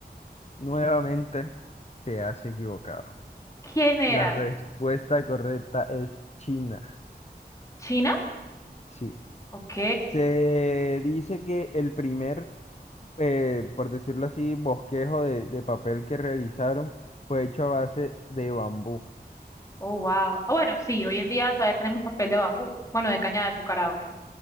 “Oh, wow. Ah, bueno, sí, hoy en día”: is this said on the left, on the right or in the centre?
Left